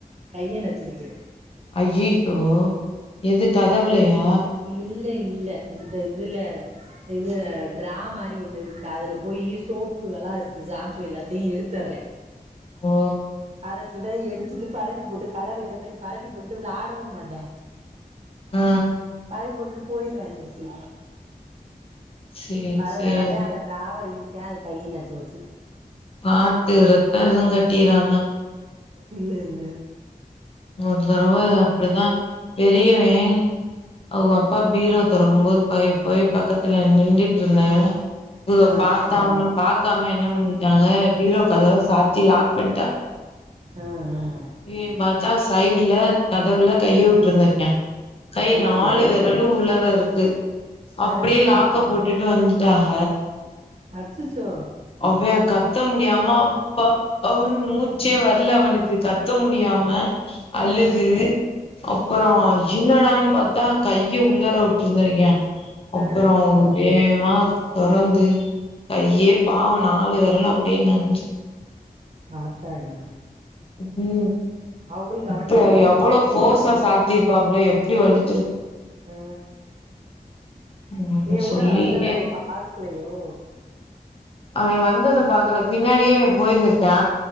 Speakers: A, on the right; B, on the left.
A: கைய நச்சுகிச்சு
B: அய்யோ எது கதவுலையா
A: இல்லை இல்ல இந்த இதுல இது டிரா மாரி ஒண்ணு இருக்கு அதுல போயி சோப்பு எல்லா இருக்கு ஷாம்பு எல்லாத்தையும் எடுத்துடுறன்
B: ஓ
A: அத இல்ல எடுத்துட்டு பரப்பி போட்டு கடை வைக்கிற மாரி பரப்பி போட்டுட்டு விளாடவும் மாட்டான்
B: ஆ
A: பரப்பி போட்டுட்டு போயிருவன் எந்திரிச்சு
B: சேரி
A: அதனால
B: சேரி
A: தா அந்த ட்ராவ இ <unintelligible> கை நச்சோச்சு
B: பாத்து ரத்தம் எதுவும் கட் டிராம
A: இல்ல இல்ல
B: ஒரு தடவ அப்டி தா பெரியவேன் ம் ஒ அப் அப்பா பீரோ தொறக்கும்போது பய போய் பக்கத்துல நிண்டிட்ருந்தே <unintelligible>
A: ஆ
B: பாத்தாம பாக்காம என்ன பண்ணிட்டாங்க பீரோ கதவ சாத்தி லாக் பண்ணிட்டாங்க
A: ஆ ஆ
B: திம்பி பாத்தா சைடுல கதவுல கைய விட்ருந்திருக்யா கை
A: ஐயய்ய
B: நாலு வெறலு உள்ள ள்ளருக்கு அப்டியே
A: ஆ
B: லாக்க போட்டுட்டு வந்துட்டாக
A: சச்சோ
B: அவே கத்த முடியாம ப அவ்னு மூச்சே வரல அவனுக்கு கத்த முடியாம அழுது
A: ஆ
B: அப்பறோ என்னடானு பாத்தா கைய உள்ளாற விட்ருந்திருக்யா அப்பறோ
A: ஆ
B: வேகமா தொறந்து யேபா வோ நாலு வெறளு அப்டியே நஞ்சு
A: ஆத்தாடி
B: உஹு
A: அவங்களு
B: இப்ப
A: கவனிக்கலையோ
B: எவ்ளோ ஃபோர்ஸா சாத்திருப்பாப்ல எப்டி வலிச்
A: உ
B: ம்
A: ஏ ஊடால
B: சொல்லிட்டே
A: வந்தத அவுக பாக்கலையோ
B: அவே வந்தத பாக்கல பின்னாடியே இவே போயிருந்திருக்யா